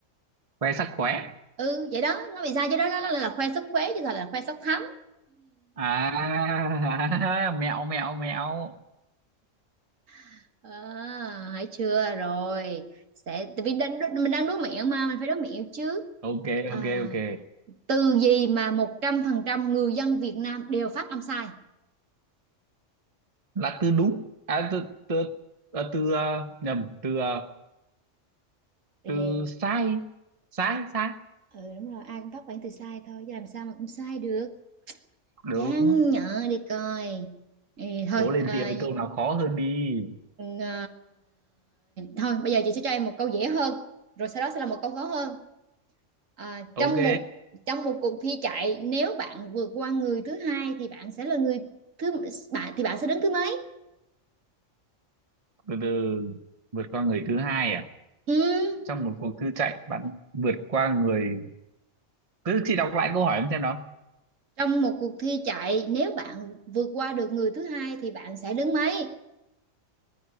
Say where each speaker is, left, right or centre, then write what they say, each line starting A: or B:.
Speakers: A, on the right; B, on the right.
A: khoe sắc khóe
B: ừ vậy đó nó bị sai chứ đó nó là, khoe sắc khuế chứ sao là khoe sắc thắm
A: à, <laughs> mẹo mẹo mẹo
B: <laughs> à, hãy chưa rồi sẽ tại vì đang, mình đang đố mẹo mà mình phải đố mẹo chứ
A: ok
B: à,
A: ok ok
B: từ gì mà một trăm phần trăm người dân Việt Nam đều phát âm sai
A: là từ đúng à từ từ à, từ ờ, nhầm từ ờ,
B: từ
A: từ
B: gì
A: sai sai
B: Ờ,
A: sai
B: ừ đúng rồi ai cũng phát bản từ sai thôi chứ làm sao mà không sai được
A: đúng
B: chán nhở đi coi ừ, thôi
A: cố lên
B: ờ,
A: chị ơi câu nào khó hơn đi
B: ờ, thôi bây giờ chị sẽ cho em một câu dễ hơn rồi sau đó sẽ là một câu khó hơn Ờ,
A: ok
B: trong một trong một cuộc thi chạy nếu bạn vượt qua người thứ hai thì bạn sẽ là người thứ bạn thì bạn sẽ đứng thứ mấy
A: từ từ vượt qua người thứ hai à
B: ừ.
A: trong một cuộc thư chạy bạn vượt qua người cứ chị đọc lại câu hỏi em xem nào
B: trong một cuộc thi chạy nếu bạn vượt qua được người thứ hai thì bạn sẽ đứng mấy